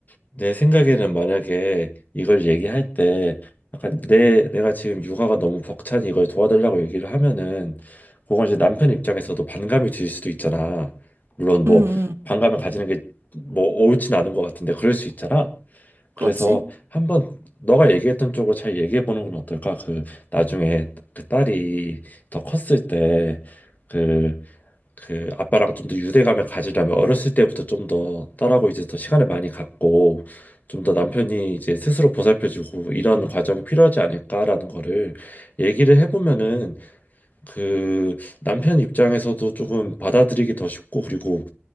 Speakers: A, on the left (about 40°); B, on the right (about 75°).
A: 내 생각에는 만약에 이걸 얘기할 때 약간 내 내가 지금 육아가 너무 벅차니 이걸 도와달라고 얘기를 하면은 그건 이제 남편 입장에서도 반감이 들 수도 있잖아. 물론 뭐
B: 음, 음,
A: 반감을 가지는 게 뭐 옳진 않은 것 같은데 그럴 수 있잖아.
B: 그렇지.
A: 그래서 한번 너가 얘기했던 쪽으로 잘 얘기해 보는 건 어떨까? 그 나중에 그 딸이 더 컸을 때그 그 아빠랑 좀 더 유대감을 가지려면 어렸을 때부터 좀 더 딸하고 이제 더 시간을 많이 갖고 좀 더 남편이 이제 스스로 보살펴주고 이런 과정이 필요하지 않을까라는 거를 얘기를 해보면은 그 남편 입장에서도 조금 받아들이기 더 쉽고 그리고